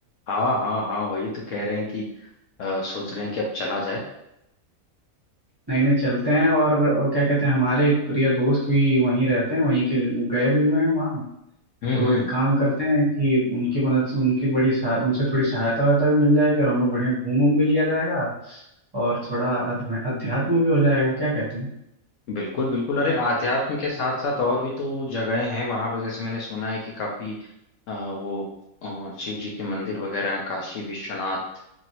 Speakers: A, on the left; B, on the right.
A: हाँ हाँ हाँ वही तो कह रहे हैं कि अ, सोच रहे हैं कि अब चला जाए
B: नहीं नहीं चलते हैं और क्या कहते हैं हमारे एक प्रिय दोस्त भी वहीं रहते हैं वहीं के गए भी हुए हैं वहाँ
A: हम्म
B: तो
A: हम्म
B: एक काम करते हैं कि उनकी मदद से उनकी बड़ी सहा, उनसे थोड़ी सहायता वायता भी मिल जाएगी और हम लोग बढ़िया घूम उम भी लिया जाएगा और थोड़ा अध्म- अध्यात्म भी हो जाएगा क्या कहते हैं
A: बिल्कुल बिल्कुल अरे आध्यात्म के साथ साथ और भी तो जगहें हैं वहां पर जैसे मैंने सुना है कि काफी अ, वो अ, शिव जी के मंदिर वगैरह हैं काशी विश्वनाथ